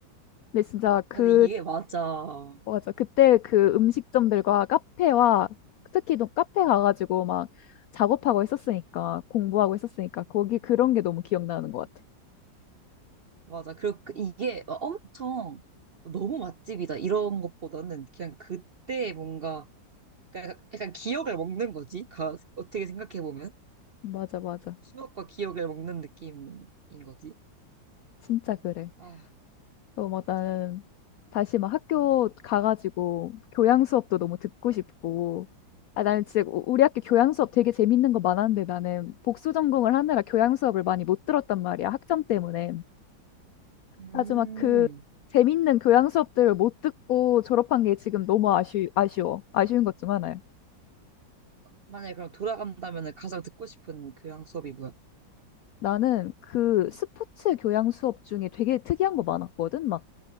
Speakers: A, on the left; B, on the right.
A: 근데 진짜 그,
B: 근데 이게 맞아.
A: 맞아. 그때 그 음식점들과 카페와 특히 또 카페 가가지고 막 작업하고 했었으니까 공부하고 했었으니까 거기 그런 게 너무 기억나는 것 같아.
B: 맞아. 그리고 그- 이게 막 엄청 너무 맛집이다 이런 것보다는 그냥 그때 뭔가 약간, 약간 기억을 먹는 거지. 가, 어떻게 생각해 보면
A: 맞아, 맞아.
B: 그 추억과 기억을 먹는 느낌인 거지.
A: 진짜 그래.
B: 아,
A: 어, 막
B: 맞아.
A: 나는 다시 막 학교 가가지고 교양 수업도 너무 듣고 싶고. 아, 나는 진짜 우- 우리 학교 교양 수업 되게 재밌는 거 많았는데 나는 복수 전공을 하느라 교양 수업을 많이 못 들었단 말이야. 학점 때문에.
B: 음.
A: 아주 막 그 재밌는 교양 수업들을 못 듣고 졸업한 게 지금 너무 아쉬, 아쉬워. 아쉬운 것 중 하나야.
B: 만약에 그럼 돌아간다면 가장 듣고 싶은 교양 수업이 뭐야?
A: 나는 그 스포츠 교양 수업 중에 되게 특이한 거 많았거든. 막